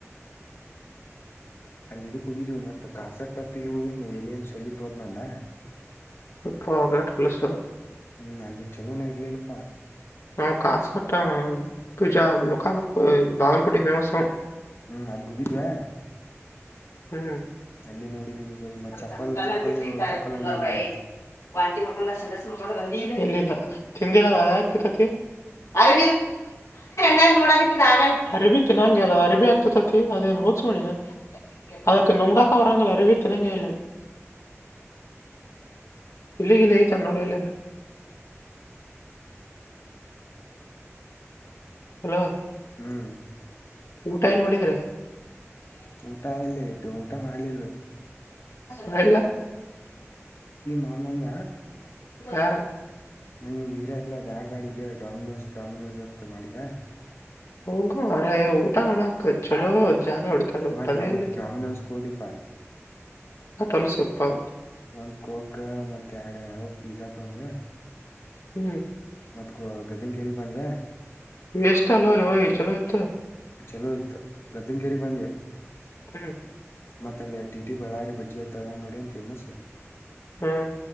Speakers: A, on the left; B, on the left.
A: ಅಲ್ಲಿಡಕ್ ಹೋಗಿದ್ದೀವು ಮತ್ ಕಾಸಟ್ ಹತ್ ಇ ಎಲ್ಲಿ ಏನ್ ಸಲಿತ್ ಹೋದನಲ್ಲ
B: ಇಪ್ಪ ಆಗ ಲಸ
A: ಹ್ಮ್ ಅಲ್ಲಿ ಚಲ ನ ಇರಲಿಲ್ಲಪ್ಪಾ
B: ನಾವು ಕಾಸಾಟ ಪೂಜಾ ಲಕಾಪುರ್ ಬಾಗಲಕೋಟೆ ಫೇಮಸ್
A: ಹ್ಮ್ ಅಲ್ಲಿ ಹೋಗಿದ್ವಾ
B: ಹ್ಮ
A: ಅಲ್ಲಿ ನೋಡಿದೀವಿ ಬೈ ಮತ್ ಚಪ್ಪಲ್
B: ಸಂತಾನ
A: ಚಪ್ಪಲ್
B: <unintelligible>
A: ಚಪ್ಪಲ್ ಅಂಗಡಿ ಹೋಗಿದೀವಿ
B: ವಾಟಿ ಮು ಮಾಡಕೊಂಡ ಸಂಡಸ್ ಮು ಮಾಡಕೊಂಡ ದಂದ ಇಲ್ಲಿಲ್ಲ ತಿಂದಿಲ್ಲ ಯಾಕತತಿ ಅರ ನಣ ನೋಡ ಅರಿಬಿತಿ ನಂಗೆ ಅಲ್ಲ ಅರಿಬಿ ಆಗ್ತತತಿ ಅದೇನು ಓದಸ ಮಾಡಿಿನ ಅದಕ್ಕೆ ನುಂಗಾಕ ವರಾಂಗ ಅರಿವ ತಿಿನಂಗಲ್ಲ ಇಲ್ಲಿಗಲೇ ತನ್ನೊಡ ಎಲ್ಲರು ಹಲ
A: ಹ್ಮ್
B: ಊಟ ಎಲ್ ಮಾಡಿದ್ರೆ
A: ಊಟಾಯಲ್ಲೇದ ಊಟ ಮಾಡಲಿಿಲ್ಲಯ
B: ಮಾಡ
A: ಮಾಡನಂದ
B: ಯಾರ
A: ನೀವು ವೀರ ತ್ಲ್ಲಾ ಬ್ಯಾಡ್ ಬ್ಯಾಡ್ ಇ ಡೊಾಮಿನೋಸ್ ಡಾಮಿನೋಸ್ ಅತ್ತ ಮಾಡಿದಾ
B: ಹೋಗ ಮ್ರ ಊಟ ಮಾಡಕ ಚಲೋ ಜಾಗ ಹುಡ್ಕಳಬಿಟ್ಟದೇ
A: ಮತ್ ಡಾಮಿ
B: ಎಲ್ಲಿದ್ದ
A: ಡಾಮಿನೋಸ್ ಹೋದಿಪಾ
B: ಆಟೋಲ್ಲಿ ಸಿಪ್ಪ
A: ಒಂದ್ ಕೋಕ್ ಮತ್ತ ಎಡು ಯಾವ ಪಿಜಜಾ ತೊಂದ್ರ
B: ಹ್ಮ್
A: ಮತ್ ಗ ಗದಂಗೇರಿ ಬಂದ್ವ
B: ವೇಷ್ಟಟ್ ಆಲ್ಲಲ್ಲ ಹ ಚಲೋ ಇತ
A: ಚಲೋ ಇತ ಗದ್ದಮ ಕೆರಿ ಬ
B: ಹ್ಮ್
A: ಮತ್ತ ಅ ಡಿ ಟಿ ಬಳ್ಳಾರಿ ಬಜ್ಜಿ ಹತ್ತದ ನೋಡಿ ಫೇಮಸ್
B: ಹ್ಮ್